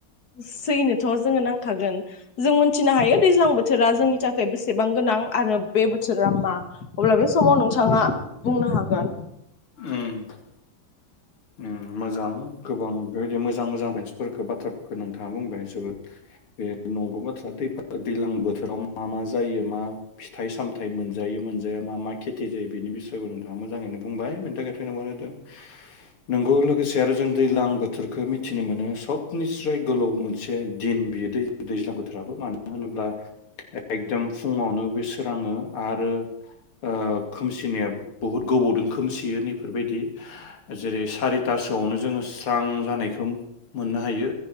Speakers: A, on the left; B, on the left.
A: सैनोथ' जोंङो नांखागोन जों मोनथिनो हायो दैज्लां बोथोरा जोंनि थाखाय बेसेबां गोनां आरो बे बोथोरा मा बे समाव नोंथांङा बुंनो हागोन
B: उम उम मोजां गोबां बेबायदि मोजां मोजां पन्सिफोरखौ बाथ्राफोरखौ नोंथांङा बुंबाय जोबोद बे नंगौ बाथ्रा दै दैजलां बोथोराव मा मा जायो मा फिथाइ सामथायाइ मोनजायो मोनजाया मा मा खेथि जायो बेनि बिसयबो नोंथांङा मोजांङैनो बुंबाय बेनि थाखायनो थैनबाद होदों। नोंगौ लोगोसे आरो जों दैज्लां बोथोरखौ मिथिनो मोनो सबनिस्राय गोलाव मोनसे दिन बियो दै दैज्लां बोथोराबो मानो होनोब्ला एकदम फुंङावनो बे सोरांङो आरो ओ खोमसिनायाबो बहुद गोबावदों खोमसियो नैफोरबायदि। जेरै सारिथासोआवनो जोंङो स्रां जानायखौ मोननो हायो।